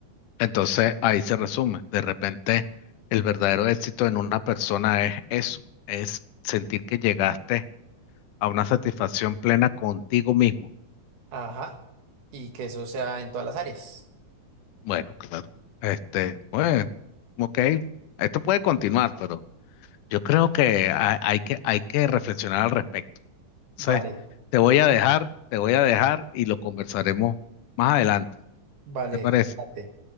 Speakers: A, on the left (about 80°); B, on the right (about 80°).
A: Entonces, ahí se resume, de repente, el verdadero éxito en una persona es eso, es sentir que llegaste a una satisfacción plena contigo mismo
B: Ajá. Y que eso sea en todas las áreas.
A: Bueno, claro. Este, pues, ok, esto puede continuar, pero yo creo que ha- hay que, hay que reflexionar al respecto.
B: Vale,
A: Entonces, te voy a dejar, te voy a dejar y lo conversaremos más adelante.
B: vale,
A: ¿Te parece?
B: fíjate.